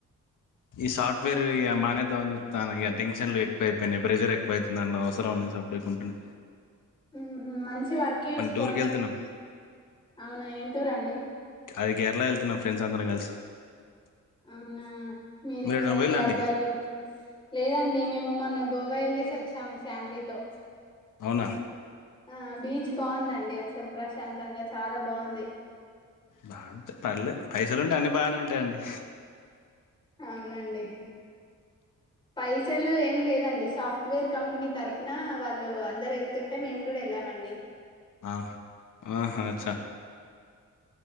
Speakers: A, on the left; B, on the left.
A: ఈ సాఫ్ట్వేర్ ఇగ మనేదమని జూత్ తా టెషన్లు ఎక్కువ అయిపోయినయ్ ప్రెషర్ ఎక్కువ ఐతుందండి అవసరం అని సప్పుడేకుంటున్న
B: ఉహు మంచి వర్క్ చూసుకోండి
A: టూర్కి వెళ్తున్నాం
B: అవునా ఏం టూరండి
A: అది కేరళ ఎళ్తున్నాం ఫ్రెండ్స్ అందరం కలిసి
B: అవునా మీరేంటండి
A: మీరు ఎటైనా పోయిల్లా అండి
B: అబ్బాయిలు లేదండి మేము మొన్న గోవా ఎళ్లేసి ఒచ్చాము ఫ్యామిలీతో
A: అవునా
B: ఆ బీచ్ బాగుందండి అసలు ప్రశాంతంగా చాలా బావుంది
A: బాగుంటా పర్లే పైసలు ఉంటే అన్నీ బానే ఉంటాయండి
B: అవునండి పైసలు ఏం లేదండి సాఫ్ట్వేర్ కంపెనీ తరపున వాళ్ళు అందరు ఎళ్తుంటే మేము కూడా ఎళ్ళామండి
A: ఆ ఆహ అచ్చా